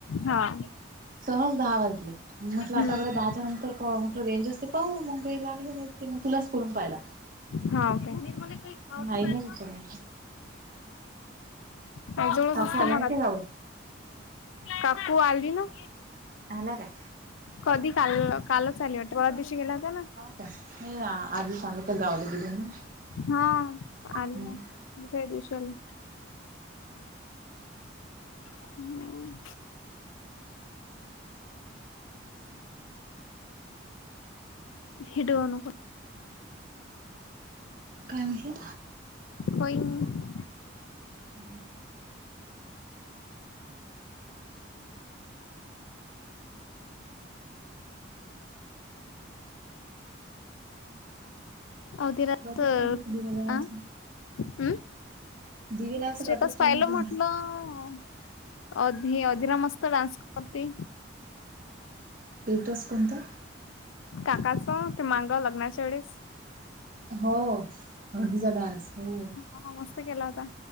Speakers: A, on the left (about 80°); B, on the right (about 45°).
A: हा
B: सहज दहा वाजले म्हटलं
A: हम्म
B: आताकडे दहाच्या नंतर म्हटलं रेंज असते पाहू मग काही लागले नाही ते मग तुलाच करून पाहिला.
A: ह का म काही खा
B: आईनच
A: का.
B: उचलला
A: त्याजवळ
B: काकू
A: असते
B: आल्या
A: मला
B: नाहीत राहू
A: काकू आली ना.
B: अला का.
A: कधी काल कालच ली वाटते क दिवशी गेला होता ना.
B: आधी सांगत गावलं गेली ना.
A: हा आली
B: हम्म
A: ना दुसऱ्या दिवशी आली. हम्म. हिडवण.
B: कामीही.
A: होईनी.
B: हम्म..
A: होदिरास
B: बातच
A: अ
B: टाईम होत दिवे लावायचा.
A: हम.
B: दिवे लावायचा
A: स्टेटस
B: बातच टाईम
A: पाहिलं
B: होते
A: म्हटलं अध अधिरा मस्त डान्स करते.
B: पीटर्स कोणता.
A: काकाचं ते मांगाव लग्नाच्या वेळेस.
B: हो हळदीचा डान्स हो.
A: हा मस्त केला होता.